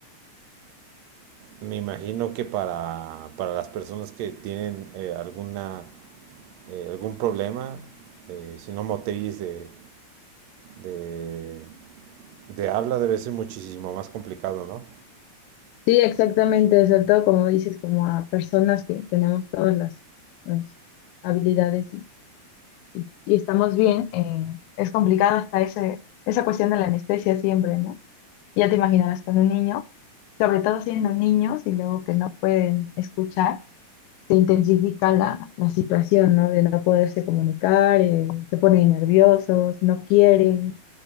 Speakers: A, on the right; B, on the left.
A: me imagino que para, para las personas que tienen eh, alguna, eh, algún problema, eh, si no motriz de, de, de habla, debe ser muchísimo más complicado, ¿no?
B: Sí, exactamente, sobre todo como dices, como a personas que tenemos todas las, las habilidades y, y- y estamos bien, eh, es complicado hasta ese, esa cuestión de la anestesia siempre, ¿no? Ya te imaginarás con un niño, sobre todo siendo niños y luego que no pueden escuchar se intensifica la, la situación, ¿no? De no poderse comunicar, eh, se ponen nerviosos, no quieren,